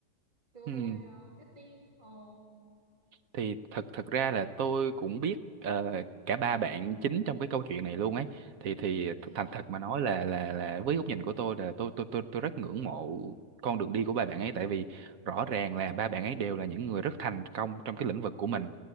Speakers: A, on the right; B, on the right.
A: Từ hồi
B: Ừ.
A: ờ, biết tin. Ồ,
B: thì thật thật ra là tôi cũng biết ờ, cả ba bạn chính trong cái câu chuyện này luôn ấy thì thì
A: ừ.
B: thành thật mà nói là là là với góc nhìn của tôi là tôi tôi tôi tôi rất ngưỡng mộ con đường đi của ba bạn ấy tại vì rõ ràng là ba bạn ấy đều là những người rất thành công trong cái lĩnh vực của mình